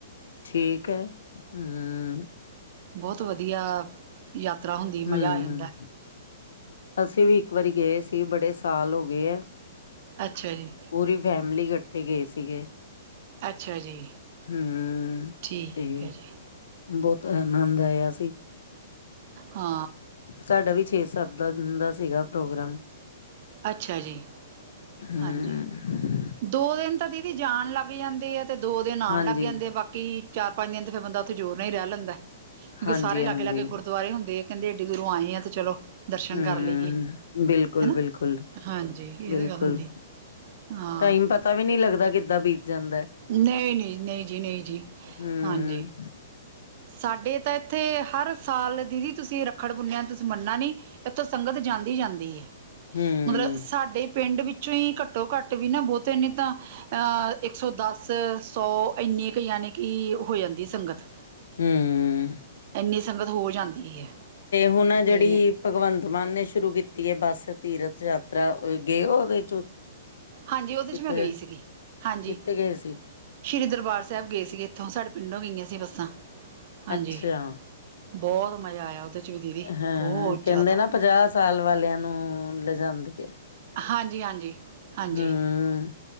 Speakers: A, on the left; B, on the right.
A: ਠੀਕ ਐ, ਹੂੰ।
B: ਬੌਤ ਵਧੀਆ ਯਾਤਰਾ ਹੁੰਦੀ ਏ, ਮਜ਼ਾ
A: ਹੂੰ,
B: ਆ ਜਾਂਦੈ।
A: ਅਸੀਂ ਵੀ ਇੱਕ ਵਾਰੀ ਗਏ ਸੀ, ਬੜੇ ਸਾਲ ਹੋ ਗੇ ਐ।
B: ਅੱਛਾ ਜੀ।
A: ਪੂਰੀ ਫੈਮਿਲੀ ਇਕੱਠੇ ਗਏ ਸੀਗੇ।
B: ਅੱਛਾ ਜੀ
A: ਹੂੰ
B: ਠੀਕ
A: ਤੇ
B: ਹੈ ਜੀ
A: ਬੌਤ ਆਨੰਦ ਆਇਆ ਸੀ।
B: ਹਾਂ।
A: ਸਾਡਾ ਵੀ ਛੇ-ਸੱਤ ਦਾ ਦਿਨ ਦਾ ਸੀਗਾ ਪ੍ਰੋਗਰਾਮ।
B: ਅੱਛਾ ਜੀ।
A: ਹੂੰ,
B: ਹਾਂਜੀ
A: ਹੂੰ।
B: ਦੋ ਦਿਨ ਤਾਂ ਦੀਦੀ ਜਾਣ ਲੱਗ ਜਾਂਦੇ ਐ ਤੇ ਦੋ ਦਿਨ ਆਣ
A: ਹਾਂਜੀ,
B: ਲੱਗ ਜਾਂਦੇ ਐ। ਬਾਕ ਕੀ ਚਾਰ-ਪੰਜ ਦਿਨ ਤੇ ਫਿਰ ਬੰਦਾ ਓਥੇ ਜ਼ੋਰ ਨਾ ਈ ਰੈਹ ਲੈਂਦੈ। ਕਿਉਂਕਿ
A: ਹਾਂਜੀ,
B: ਸਾਰੇ ਲਾਗੇ-ਲਾਗੇ
A: ਹਾਂਜੀ।
B: ਗੁਰਦੁਆਰੇ ਹੁੰਦੇ। ਕੈਹੰਦੇ ਐਡੀ ਦੂਰੋਂ ਆਂਏ ਐਂ ਤੇ ਚਲੋ। ਦਰਸ਼ਨ
A: ਹੂਂ
B: ਕਰ ਲਈਏ
A: ਬਿਲਕੁਲ-ਬਿਲਕੁਲ,
B: ਹਨਾ ਹਾਂਜੀ ਇਹ
A: ਬਿਲਕੁਲ।
B: ਤਾਂ ਗੱਲ ਹੁੰਦੀ ਹਾਂ
A: ਟਾਈਮ ਪਤਾ ਵੀ ਨੀ ਲੱਗਦਾ ਕਿੱਦਾਂ ਬੀਤ ਜਾਂਦੈ।
B: ਨਈ-ਨਈ-ਨਈ ਜੀ, ਨਈ ਜੀ
A: ਹੂੰ,
B: ਹਾਂਜੀ। ਸਾਡੇ ਤਾਂ ਇੱਥੇ ਹਰ ਸਾਲ ਦੀਦੀ ਤੁਸੀਂ ਰੱਖੜ ਪੁਨੇਆ ਤੁਸੀਂ ਮੱਨਾ ਨਈ ਇੱਥੋਂ ਸੰਗਤ ਜਾਂਦੀ-ਜਾਂਦੀ ਏ,
A: ਹੂੰ,
B: ਮਤਲਬ ਸਾਡੇ ਪਿੰਡ ਵਿੱਚ ਵਿੱਚੋਂ ਈ ਘੱਟੋ ਘੱਟ ਵੀ ਨਾ ਬਹੁਤੇ ਨੀ ਤਾਂ ਅਹ ਇੱਕ ਸੌ ਦਸ ਸੌ ਇੰਨੀ ਕੁ ਯਾਨੀ ਕਿ ਹੋ ਜਾਂਦੀ ਸੰਗਤ।
A: ਹੂਂ।
B: ਐਨੀ ਸੰਗਤ ਹੋ ਜਾਂਦੀ ਏ,
A: ਹੁਣ ਆ ਜਿਹੜੀ
B: ਤੇ
A: ਭਗਵੰਤ ਮਾਨ ਨੇ ਸ਼ੁਰੂ ਕੀਤੀ ਏ ਬੱਸ ਤੀਰਥ ਯਾਤਰਾ, ਗਏ ਉਹਦੇ ਚ
B: ਹਾਂਜੀ ਓਦੇ
A: ਕਿਤੇ
B: ਚ ਮੈਂ ਗਈ ਸੀਗੀ, ਹਾਂਜੀ।
A: ਕਿਤੇ ਗਏ ਸੀ
B: ਸ਼੍ਰੀ ਦਰਬਾਰ ਸਾਬ ਗਏ ਸੀਗੇ ਇੱਥੋਂ ਸਾਡੇ ਪਿੰਡੋਂ ਵੀ ਗਈਆਂ ਸੀ ਬੱਸਾਂ, ਹਾਂਜੀ।
A: ਅੱਛਾ
B: ਬਹੋਤ ਮਜਾ ਆਇਆ। ਉਹਦੇ ਚ ਵੀ ਦੀਦੀ
A: ਹਾਂ
B: ਬਹੁਤ
A: ਕੈਹੰਦੇ
B: ਜ਼ਿਆਦਾ
A: ਨਾ ਪੰਜਾਹ ਸਾਲ ਵਾਲੇਆਂ ਨੂੰ ਲੈਜਾਂਦੇ।
B: ਹਾਂਜੀ-ਹਾਂਜੀ, ਹਾਂਜੀ
A: ਹਮ